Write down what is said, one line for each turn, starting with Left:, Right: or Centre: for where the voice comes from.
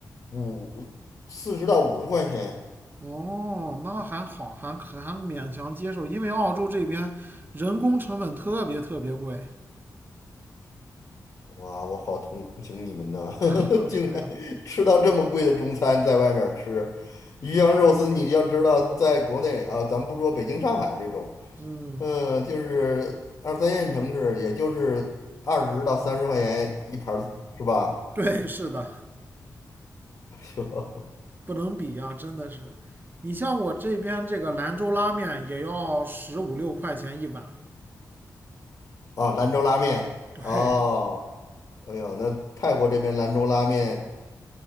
Left: 五四十到五十块钱，
Right: 哦，那还好，还还勉强接受，因为澳洲这边人工成本特别特别贵。
Left: 哇，我好同情你们呐，
Right: <laughs>
Left: <laughs> 竟然吃到这么贵的中餐，
Right: 是呀。
Left: 在外面儿吃鱼香肉丝，你要知道，在国内啊，咱不说北京、上海这种，
Right: 嗯，
Left: 嗯，就是二三线城市，也就是二十到三十块钱一盘儿是吧？
Right: 对，是的，
Left: <laughs>
Right: 不能比呀，真的是。你像我这边这个兰州拉面也要十五六块钱一碗，
Left: 啊，兰州拉面哦，
Right: 对，
Left: 哎呦，那泰国这边兰州拉面，